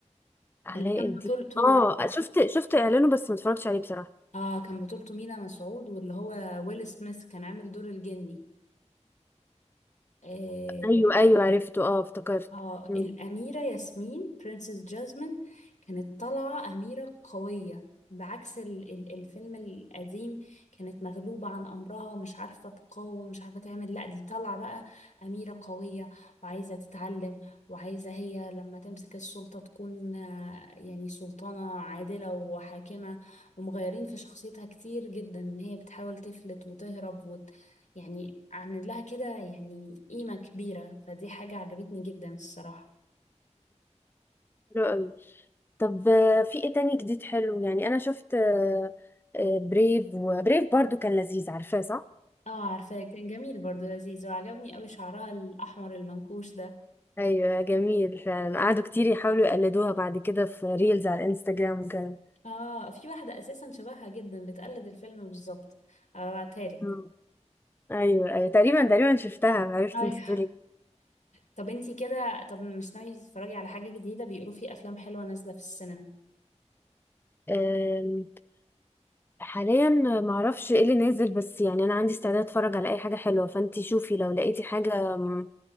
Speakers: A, on the left; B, on the left.
A: علاء
B: اللي كان بطولته
A: الدين اه شفت شفت اعلانه بس ما اتفرجتش عليه بصراحة
B: اه كان بطولته مينا مسعود واللي هو ويل سميث كان عامل دور الجني آه
A: ايوه ايوه عرفته اه افتكرت
B: اه
A: مم.
B: الأميرة ياسمين برنسس جاسمين كانت طالعة أميرة قوية بعكس ال- ال- الفيلم القديم كانت مغلوبة عن أمرها ومش عارفة تقاوم ومش عارفة تعمل لا دي طالعة بقى أميرة قوية وعايزة تتعلم وعايزة هي لما تمسك السلطة تكون آه، يعني سلطانة عادلة وحاكمة ومغيرين في شخصيتها كتير جدا إن هي بتحاول تفلت وتهرب يعني عامل لها كده يعني قيمة كبيرة فدي حاجة عجبتني جدا الصراحة
A: حلو قوي طب آه، في ايه تاني جديد حلو يعني انا شفت آه، آه، بريف وبريف برضو كان لذيذ عارفاه صح
B: اه عارفة كان جميل برضو لذيذ وعجبني قوي شعرها الأحمر المنكوش ده
A: ايوه جميل فعلا قعدوا كتير يحاولوا يقلدوها بعد كده في ريلز على الانستجرام وكده
B: اه في واحدة أساسا شبهها جدا بتقلد الفيلم بالظبط هبعتها لك
A: مم. ايوه ايوه تقريبا تقريبا شفتها عرفت
B: ايوه
A: انت تقولي
B: طب انتي كده طب مش ناوية تتفرجي على حاجة جديدة بيقولوا في أفلام حلوة نازلة في السينما
A: أم، حاليا معرفش ايه اللي نازل بس يعني انا عندي استعداد اتفرج على اي حاجه حلوه فانتي شوفي لو لقيتي حاجه أم،